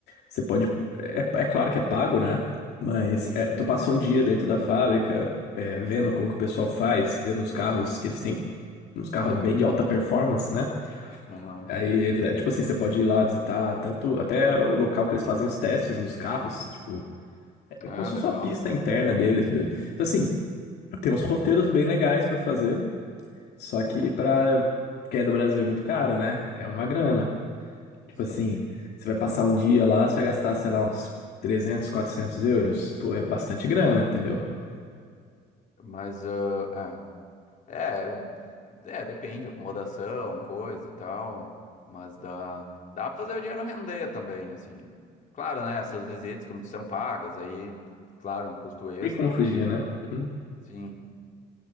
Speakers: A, on the left (about 75°); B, on the left (about 50°).
A: você pode. É, é claro que é pago, né? Mas
B: sim.
A: é, tu passa um dia dentro da fábrica, é, vendo como que o pessoal faz, vendo os carros que eles têm, uns carros bem de alta performance, né?
B: Aham.
A: Aí eles, é, tipo assim, você pode ir lá visitar tanto até o local que eles fazem os testes nos carros, tipo, é
B: Ah,
A: é como se
B: legal.
A: fosse uma pista interna deles mesmo. Então assim, tem uns roteiros bem legais pra fazer, só que pra quem é do Brasil é muito caro, né? É uma grana. Tipo
B: Sim.
A: assim, você vai passar um dia lá, você vai gastar, sei lá, uns 300 400 euros. Pô, é bastante grana, entendeu?
B: Mas, ah, é. É, eu- é, depende, acomodação, coisa e tal, mas dá, dá pra fazer o dinheiro render também, assim. Claro, né, essas visitas, como são pagas, aí, claro, um custo extra,
A: Tem como fugir, né? Uhum.
B: sim.